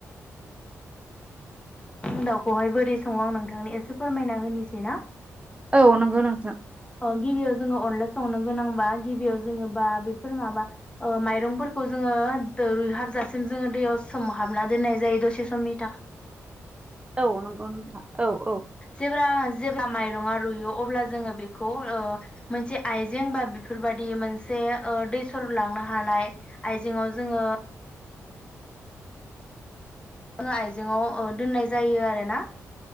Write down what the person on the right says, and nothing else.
औ नोंगौ नोंथां
औ नंगौ नोंथां औ औ